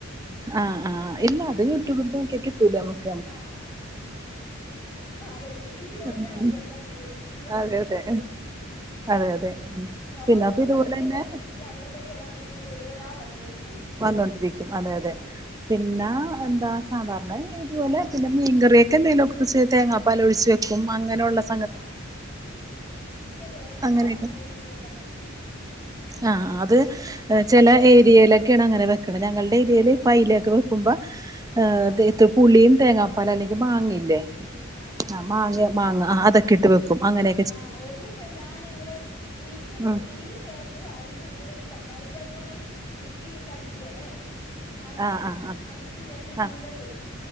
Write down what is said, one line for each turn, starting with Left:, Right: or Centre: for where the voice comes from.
Right: ആഹ് ആഹ് ഇല്ല അത് യൂട്യൂബിൽ നോക്കിയാ കിട്ടുല്ലേ നമ
Left: ആഹ് ആഹ് ആഹ് അതെ യൂട്യൂബിൽ നോക്കിയാൽ
Right: ഉം
Left: മതി എല്ലാം കിട്ടും യൂ യുട്യൂബ് അല്ലെങ്കിൽ
Right: അതെ
Left: ഗൂഗിള്
Right: അതെ അതെ അതെ ഉം
Left: നമ്മള്
Right: പിന്നെ
Left: ഒന്ന്
Right: അപ്പൊ ഇതുപോലെന്നെ
Left: സെർച്ച് ചെയ്താൽ മതി പിന്നെ അയിനെ പ ബാക്കി ഉള്ളതങ്ങനെ തുരു തുരാ വന്നോളും
Right: വന്നോണ്ടിരിക്കും അതെ അതെ
Left: ആഹ്
Right: പിന്നാ എന്താ സാധാരണെ ഇത് പോലെ
Left: ആഹാ
Right: പിന്നെ മീൻ കറിയൊക്കെ എന്തെലും ഒക്കെ ഒഴിച്ച് തേങ്ങാപ്പാലൊഴിച്ചു വെക്കും അങ്ങനെയുള്ള സ
Left: ആഹ് ആഹ് ആഹ് ഞാൻ പിന്നെ തേങ്ങാപ്പാലൊന്നും
Right: അങ്ങനെയൊക്കെ
Left: ഒഴിക്കി വെക്കത്തൊന്നുല്ല.
Right: ആഹ് അ അത് ചില ഏരിയയിലൊക്കെയാണ് അങ്ങനെ വെക്കണത് ഞങ്ങളുടെ അവിയല്
Left: ആഹ്
Right: പെെലേക്കൊ വെക്കുമ്പോ ഏഹ്
Left: ആഹാ
Right: തേത്
Left: ഹാ
Right: പുളിയും തേങ്ങാപ്പാല് അല്ലെങ്കിൽ മാങ്ങ ഇല്ലേ
Left: ആഹാ
Right: ആ മാങ്ങ മാങ്ങ ആ അതൊക്കെ ഇട്ട് വെ ക്കും അങ്ങനെ
Left: ആഹ് ഒരു ദിവസം ഞാൻ ഇവിടെ പുളിക്ക് പു
Right: ഉം
Left: പുളി ചേർത്ത് അതിന്റെ കൂടെ ഈ തക്കാളിക്കായും കൂടെ മിക്സിലിട്ട് അടിക്കേലെ. അങ്ങനെ
Right: ആഹ് ആഹ് ആഹ്
Left: അടിച്ചു ഞന് മീൻകറി
Right: ആഹ്
Left: വെച്ചു